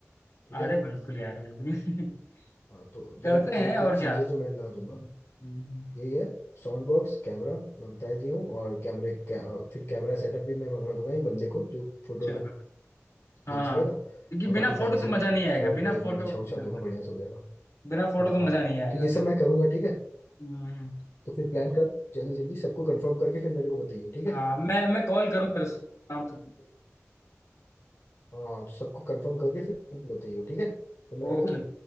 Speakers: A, on the left (about 65°); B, on the left (about 80°).
A: ठीक है
B: अरे बिल्कुल यार बिल्कुल <laughs>
A: हाँ तो यही
B: करते हैं
A: यही कुछ
B: और क्या
A: चीज़ें जो मैं ला
B: हम्म,
A: दूंगा
B: हम्म,
A: यही है साउंड बॉक्स कैमरा मैं बता ही दिया हूँ और कैमरे कै, फिर कैमरा सेटअप भी मैं मंगा दूंगा एक बंदे को जो फोटो
B: अच्छा
A: वोटो
B: हाँ
A: ये चलेगा
B: हाँ क्योंकि बिना
A: और बाकी
B: फोटो
A: डांसिंग
B: तो मजा नहीं आएगा
A: फ्लोर
B: बिना
A: पे
B: फोटो
A: मैं बिछा उछा
B: हाँ,
A: दूंगा बढ़िया से हो जाएगा
B: बिना फोटो
A: हाँ
B: तो मजा नहीं आएगा
A: तो ये सब
B: फिर
A: मैं करूंगा ठीक है
B: हम्म,
A: तो फिर प्लान कर जल्दी जल्दी सबको कंफर्म करके फिर मेरे को बताइए ठीक
B: हाँ
A: है
B: मैं मैं कॉल करूंगा शाम तक
A: हाँ तो सबको कंफर्म करके फिर बताइए ठीक है तो मैं रखूँ
B: ओके